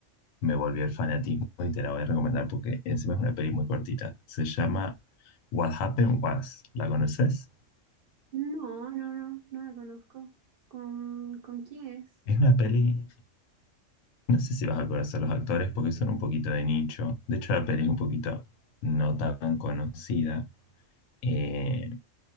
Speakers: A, on the left; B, on the right.
A: me volvió el fanatismo y te la voy a recomendar porque encima es una peli muy cortita. Se llama What Happened Was. ¿La conoces?
B: No, no, no, no la conozco. ¿Con, con quién es?
A: Es una peli, no sé si vas a conocer los actores porque son un poquito de nicho. De hecho, la peli es un poquito no tan conocida, eh,